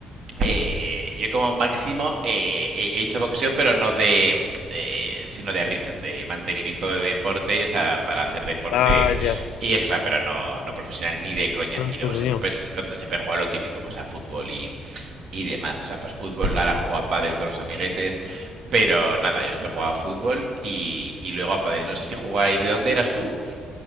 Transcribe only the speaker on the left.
ah, ya,
pero
entretenido.